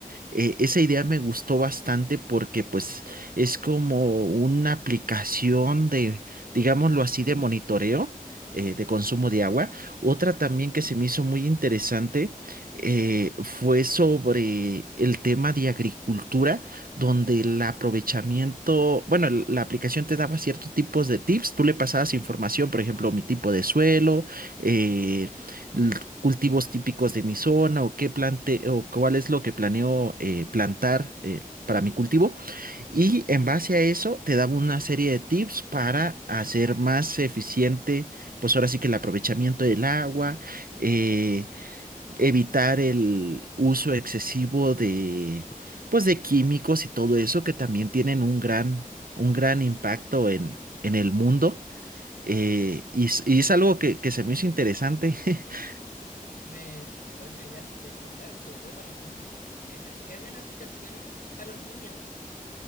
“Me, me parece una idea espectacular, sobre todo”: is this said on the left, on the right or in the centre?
Left